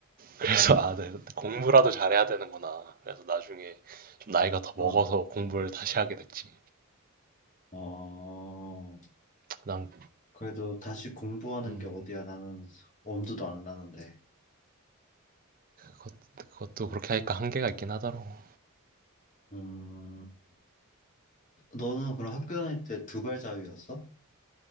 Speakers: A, on the right (about 40°); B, on the left (about 35°).
A: 그래서 아, 네, 공부라도 잘해야 되는구나. 그래서 나중에 좀 나이가 더
B: 어,
A: 먹어서 공부를 다시 하게 됐지.
B: 어.
A: 그다음
B: 그래도 다시 공부하는
A: 음,
B: 게 어디야? 나는 엄두도 안 나는데.
A: 그것, 그것도 그렇게 하니까 한계가 있긴 하더라고.
B: 음, 너는 그럼 학교 다닐 때 두발 자유였어?